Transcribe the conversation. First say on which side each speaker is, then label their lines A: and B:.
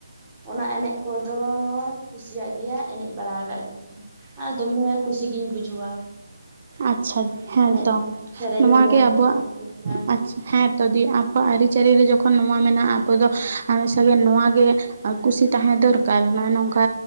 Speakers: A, on the right; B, on the right.
A: ᱚᱱᱟ ᱮᱱᱮᱡ ᱠᱚᱫᱚᱧ ᱠᱩᱥᱤᱭᱟᱜ ᱜᱮᱭᱟ ᱮᱱᱮᱡ ᱵᱟᱲᱟ ᱠᱟᱜ ᱜᱤᱭᱟᱹᱧ᱾ ᱟᱨ ᱫᱚᱢᱮ ᱠᱩᱥᱤ ᱜᱤᱧ ᱵᱩᱡᱷᱟᱹᱣᱟ᱾
B: ᱟᱪᱪᱷᱟ ᱦᱮᱸᱛᱚ
A: ᱮᱱᱮᱡ ᱜᱮᱭᱟᱢ ᱥᱮᱨᱮᱧ
B: ᱱᱚᱣᱟᱜᱤ
A: ᱜᱮᱭᱟᱢ
B: ᱟᱵᱚᱣᱟᱜ
A: ᱢᱚᱡᱽ ᱜᱮ ᱦᱮᱸ
B: ᱦᱮᱸᱛᱚ ᱫᱤ ᱟᱵᱚᱣᱟᱜ ᱟᱹᱨᱤᱪᱟᱹᱞᱤ ᱨᱮ ᱡᱚᱠᱷᱚᱱ ᱱᱚᱣᱟ ᱢᱮᱱᱟᱜᱼᱟ ᱟᱵᱚ ᱫᱚ ᱟᱨ ᱥᱮ ᱱᱚᱣᱟᱜᱮ ᱟᱨ ᱠᱩᱥᱤ ᱛᱟᱦᱮᱸ ᱫᱚᱨᱠᱟᱨ ᱱᱚᱭ ᱱᱚᱝᱠᱟ